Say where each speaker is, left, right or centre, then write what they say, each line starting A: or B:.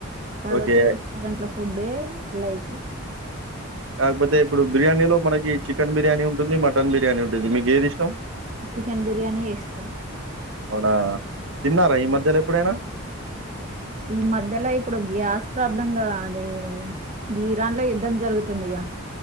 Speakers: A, on the right; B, on the right.
A: కాబట్టి
B: ఓకే.
A: రెస్టారెంట్ లో ఫుడ్డ లైక్
B: కాకపోతే ఇప్పుడు బిర్యానీలో మనకి చికెన్ బిర్యానీ ఉంటుంది మటన్ బిర్యానీ ఉంటుంది మీకు ఏది ఇష్టం?
A: చికెన్ బిర్యానీ ఇష్టం
B: అవునా. విన్నారా ఈ మధ్యలో ఎప్పుడైనా.
A: ఈ మధ్యలో ఇప్పుడు గ్యాస్ ప్రాబ్లంగా అది ఇరాన్ లో యుద్ధం జరుగుతుందిగా.